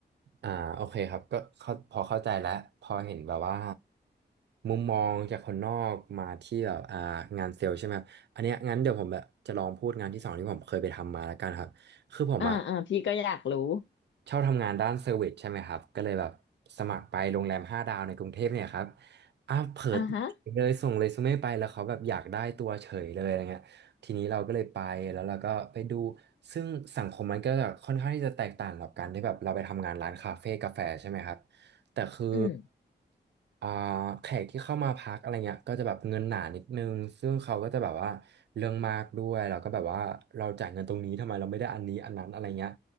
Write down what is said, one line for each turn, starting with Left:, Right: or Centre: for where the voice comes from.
Right: อ่าโอเคครับก็เข้าพอเข้าใจแล้วพอเห็นแบบว่ามุมมองจากคนนอกมาที่แบบอ่างานเซลล์ใช่ไหมครับอันเนี้ยงั้นเดี๋ยวผมแบบจะลองพูดงานที่สองที่ผมเคยไปทำมาแล้วกันครับ คือผมอะ
Left: อ่าอ่าพี่ก็อยากรู้
Right: ชอบทำงานด้านเซอร์วิสใช่ไหมครับก็เลยแบบสมัครไปโรงแรมห้าดาวในกรุงเทพเนี่ยครับอ่ะเผิด
Left: อ่าฮะ
Right: เลยส่งเรซูเม่ไปแล้วเขาแบบอยากได้ตัวเฉยเลยอะไรเงี้ยทีนี้เราก็เลยไปแล้วเราก็ไปดูซึ่งสังคมมันก็ค่อนข้างที่จะแตกต่างกับการที่แบบเราไปทำงานร้านคาเฟ่กาแฟใช่ไหมครับแต่คือ
Left: อืม
Right: อ่าแขกที่เข้ามาพักอะไรเงี้ยก็จะแบบเงินหนานิดนึงซึ่งเขาก็จะแบบว่าเรื่องมากด้วยเราก็แบบว่าเราจ่ายเงินตรงนี้ทำไมเราไม่ได้อันนี้อันนั้นอะไรเงี้ย